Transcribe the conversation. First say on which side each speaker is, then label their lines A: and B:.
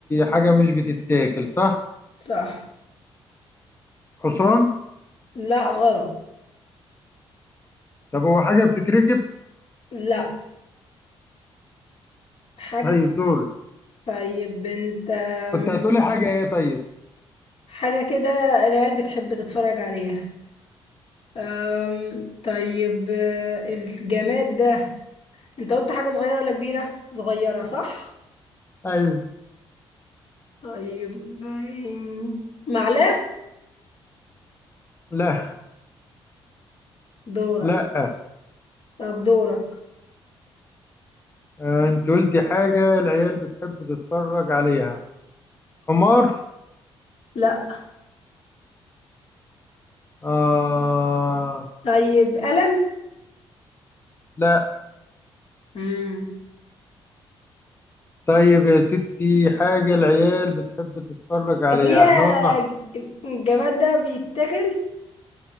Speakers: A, on the left; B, on the left.
A: حاجة مش بتتاكل صح
B: صح
A: حصان
B: لا غلط
A: طب هو حاجة بتتركب
B: لا حاجة
A: طيب
B: ك-
A: دور
B: طيب انت أم،
A: كنت هتقولي حاجة ايه طيب
B: حاجة كده العيال بتحب تتفرج عليها أم، طيب آه، الجماد ده انت قلت حاجة صغيرة ولا كبيرة؟ صغيرة صح؟
A: ايوه
B: طيب أم، معلقة
A: لا
B: دورك
A: لا
B: طب دورك
A: اه انت قلتي حاجة العيال بتحب تتفرج عليها حمار
B: لا
A: آه
B: طيب قلم
A: لا
B: امم
A: طيب يا ستي حاجة العيال بتحب تتفرج عليها
B: طب هي
A: احنا قلنا
B: ج- الجماد ده بيتاكل؟